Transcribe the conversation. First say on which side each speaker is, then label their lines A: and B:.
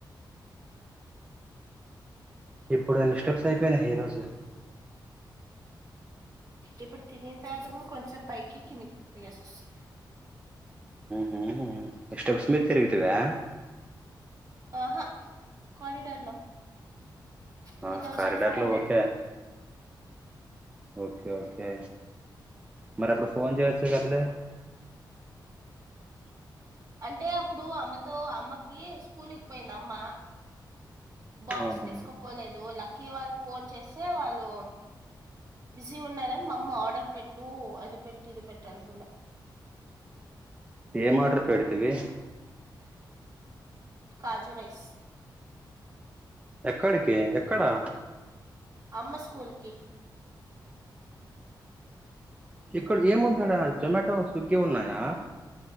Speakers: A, on the right; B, on the right.
A: ఇప్పుడు ఎన్ని స్టెప్స్
B: మ్మ్
A: అయిపోయినయ్ ఈ రోజు
B: ఇప్పుడు తినిని తర్వాత కూడ కొంచప్ పైకికిందికి పోయిసోస్సి
A: హ హ స్టెప్స్ మీద్ తిరిగితివా
B: ఆహా కారిడార్ లో టూ
A: ఆ
B: థౌజండ్
A: కారిడార్
B: ఫైవ్ హండ్రెడ్
A: లో ఓకే ఓకే ఓకే మరి అప్పుడు ఫోన్ చేయచ్చా కదిలే
B: అంటే అప్పుడు అమ్మతో అమ్మకి స్కూల్కి పోయింది అమ్మ బాక్స్
A: ఆహా
B: తీసుకుపోలేదు లక్కీ వాళ్ళ ఫోన్ చేస్తే వాళ్ళు బిజీ ఉన్ననని మా అమ్మ ఆర్డర్ పెట్టు అది పెట్టు ఇది పెట్టు అంటున్న
A: ఏ మాడర్ పెడుతువి
B: కాజు రైస్
A: ఎక్కడికి ఎక్కడా
B: అమ్మ స్కూల్కి
A: ఇక్కడ ఏముందండి జొమాటో స్విగ్గీ ఉన్నాయా